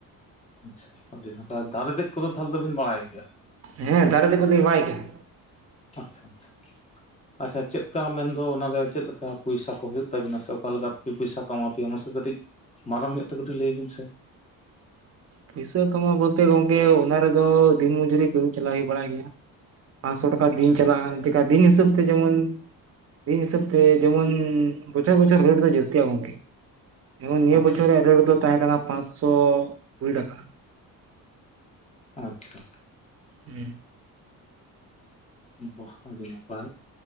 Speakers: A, on the left; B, on the right.
A: ᱟᱪᱪᱷᱟ ᱟᱹᱰᱤ ᱱᱟᱯᱟᱭ ᱫᱟᱨᱮ ᱫᱮᱡ ᱠᱚᱫᱚ ᱛᱟᱦᱞᱮ ᱫᱚᱵᱤᱱ ᱵᱟᱲᱟᱭ ᱜᱮᱭᱟ?
B: ᱦᱮᱸ ᱫᱟᱨᱮ ᱫᱮᱜ ᱠᱚᱫᱚᱧ ᱵᱟᱲᱟᱭ ᱜᱮᱭᱟ᱾
A: ᱟᱪᱪᱷᱟ ᱟᱪᱪᱷᱟ
B: <inaudible>
A: ᱟᱪᱪᱷᱟ ᱪᱮᱫ ᱠᱟ ᱢᱮᱱ ᱫᱚ ᱚᱱᱟ ᱨᱮ ᱪᱮᱫ ᱞᱮᱠᱟ ᱯᱚᱭᱥᱟ ᱠᱚ ᱦᱩᱭᱩᱜ ᱛᱟᱵᱤ ᱱᱟ ᱥᱮ ᱚᱠᱟ ᱞᱮᱠᱟ ᱯᱚᱭᱥᱟ ᱠᱚ ᱮᱢᱟ ᱯᱮᱭᱟ ᱢᱟᱥᱮ ᱠᱟᱹᱴᱤᱡ ᱢᱟᱨᱟᱝ ᱧᱚᱜ ᱛᱮ ᱠᱟᱹᱴᱤᱡ ᱞᱟᱹᱭ ᱵᱤᱱ ᱥᱮ?
B: ᱯᱩᱭᱥᱟᱹ ᱠᱟᱢᱟᱣ ᱵᱚᱞ ᱛᱮ ᱜᱚᱢᱠᱮ ᱚᱱᱟ ᱨᱮᱫᱚ ᱫᱤᱱ ᱢᱚᱡᱩ ᱨᱤ ᱠᱟᱹᱢᱤ ᱪᱟᱞᱟᱣ ᱦᱩᱭ ᱵᱟᱲᱟᱜ ᱜᱮᱭᱟ᱾ ᱯᱟᱸᱥᱚ ᱴᱟᱠᱟ
A: ᱟᱪᱪᱷᱟ
B: ᱫᱤᱱ ᱪᱟᱞᱟᱜᱼᱟ ᱪᱮᱠᱟ ᱫᱤᱱ ᱦᱤᱥᱟᱹᱵ ᱛᱮ ᱡᱮᱢᱚᱱ ᱫᱤᱱ ᱦᱤᱥᱟᱹᱵ ᱛᱮ ᱡᱮᱢᱚᱱ ᱵᱚᱪᱷᱚᱨ ᱵᱚᱪᱷᱚᱨ ᱨᱮᱰ ᱫᱚ ᱡᱟᱹᱥᱛᱤ ᱟ ᱜᱚᱝᱠᱮ᱾ ᱡᱮᱢᱚᱱ ᱱᱤᱭᱟᱹ
A: ᱟᱪᱪᱷᱟ
B: ᱵᱚᱪᱷᱚᱨ ᱨᱮᱭᱟᱜ ᱨᱮᱰ ᱫᱚ ᱛᱟᱦᱮᱸ ᱠᱟᱱᱟ ᱯᱟᱸᱥᱥᱚ ᱠᱩᱲᱤ ᱴᱟᱠᱟ᱾
A: ᱟᱪᱪᱷᱟ
B: ᱦᱮᱸ
A: ᱵᱟᱦ ᱟᱹᱰᱤ ᱱᱟᱯᱟᱭ᱾